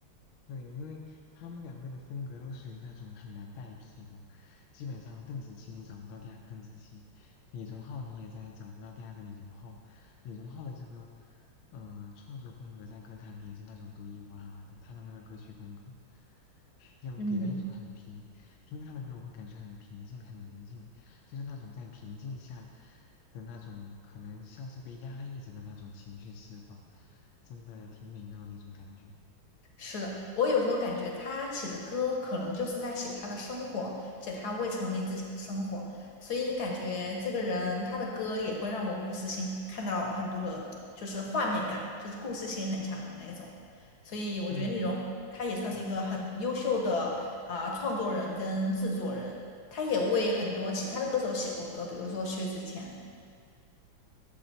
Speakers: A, on the left; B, on the left.
A: 对，因为他们两个的风格都属于那种很难代替的，基本上邓紫棋你找不到第二个邓紫棋，李荣浩你也在找不到第二个李荣浩。李荣浩的这个，嗯、创作风格在歌坛里也是那种独一无二的，他的那个歌曲风格，<laughs> 就给人一种很平，
B: 嗯。
A: 听他的歌我会感觉很平静、很宁静，就是那种在平静下的那种，可能像是被压抑着的那种情绪释放，真的挺美妙的一种感觉。
B: 是我有时候感觉他写的歌可能就是在写他的生活，写他未成名自己的生活，所以就感觉这个人他的歌也会让我故事性很看到很多的，就是画面感，就是故事性很强的那种。所以我觉得那种他也算是一个很优秀的啊、
A: 对，嗯，
B: 创作人跟制作人，他也为很多其他的歌手写过歌，比如说薛之谦，